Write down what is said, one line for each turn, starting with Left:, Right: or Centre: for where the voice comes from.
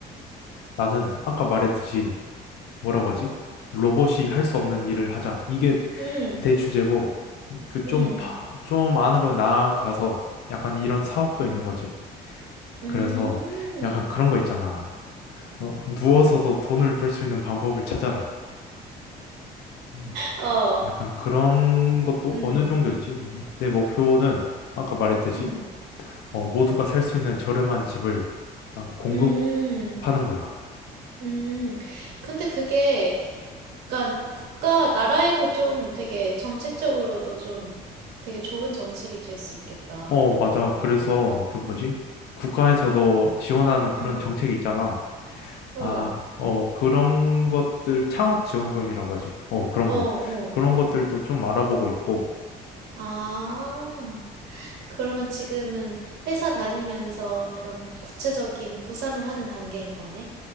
Left: 나는 아까 말했듯이 뭐라고 하지? 로봇이 할 수 없는 일을 하자. 이게
Right: 음.
Left: 대주제고, 그
Right: 음.
Left: 좀,
Right: 음.
Left: 파- 좀 안으로 나아가서 약간 이런 사업도 있는 거지.
Right: 음.
Left: 그래서
Right: 음.
Left: 약간 그런 거 있잖아. 어, 누워서도 돈을 벌 수 있는 방법을 찾아라. 음,
Right: 어.
Left: 약간 그런 것도
Right: 음.
Left: 어느 정도 있지. 내 목표는 아까 말했듯이,
Right: 음.
Left: 어, 모두가 살 수 있는 저렴한 집을 어, 공급하는
Right: 음.
Left: 거야.
Right: 음. 근데 그게 약간 국가, 나라에도 좀 되게 정책적으로도 좀 되게 좋은 정책이 될 수 있겠다.
Left: 어, 맞아.
Right: 결합이
Left: 그래서
Right: 되면.
Left: 그 뭐지?
Right: 음.
Left: 국가에서도 지원하는
Right: 음.
Left: 그런 정책이 있잖아.
Right: 어.
Left: 아, 어, 그런 것들, 창업 지원금이라고 하지. 어, 그런
Right: 어,
Left: 거.
Right: 어.
Left: 그런 것들도 좀 알아보고 있고.
Right: 아. 그러면 지금은 회사 다니면서 그런 구체적인 구상을 하는 단계인 거네?